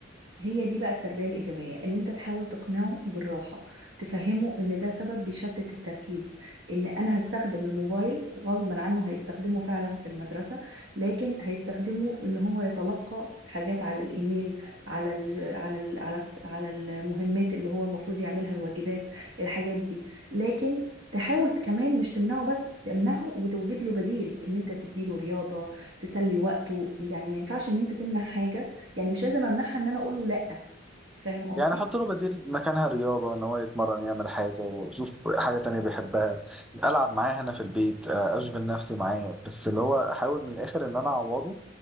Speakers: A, on the right; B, in the centre.
A: هي دي بقى التربية الإيجابية إن أنت تحاول تقنعه بالراحة تفهمه إن ده سبب بيشتت التركيز إن أنا هستخدم الموبايل غصبا عنه هيستخدمه فعلا في المدرسة لكن هيستخدمه إن هو يتلقى حاجات على الإيميل على ال على ال على الت- على المهمات اللي هو المفروض يعملها الواجبات الحاجات دي لكن تحاول كمان مش تمنعه بس تمنعه وتوجد له بديل ان انت تديله رياضة تسلي وقته يعني ما ينفعش ان انت تمنع حاجة يعني مش لازم امنعها ان انا اقول له لا فاهم قصدي
B: يعني حط له بديل مكانها رياضة إن هو يتمرن يعمل حاجة يشوف حاجة تانية بيحبها ألعب معاه هنا في البيت آه، أشغل نفسي معاه بس اللي هو أحاول من الآخر إن أنا أعوضه